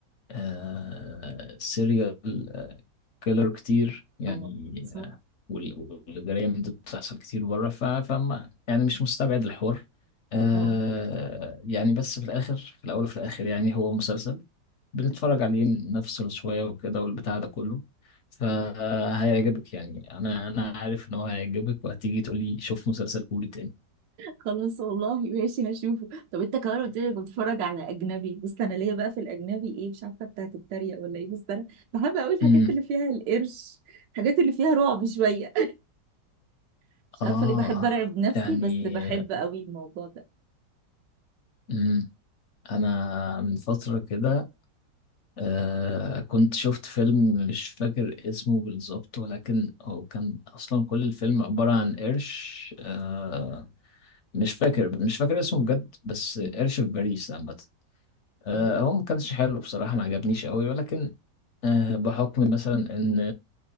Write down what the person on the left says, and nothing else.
آه سيريال آه كيلر كتير يعني
آه وال- والجرائم دي بتحصل كتير بره ف- فما يعني مش مستبعد الحوار آه
يعني بس في الآخر في الأول وفي الآخر يعني هو مسلسل بنتفرج عليه نفصل شوية وكده والبتاع ده كله فهيعجبك يعني أنا أنا عارف إن هو هيعجبك وهتيجي تقولي شوف مسلسل كوري تاني
امم
آه
يعني
امم أنا من فترة كده آه كنت شفت فيلم مش فاكر اسمه بالظبط ولكن هو كان أصلا كل الفيلم عبارة عن قرش آه مش فاكر مش فاكر اسمه بجد بس قرش
في باريس عامة آه
هو ما كانش حلو بصراحة ما عجبنيش قوي ولكن آه بحكم مثلا إن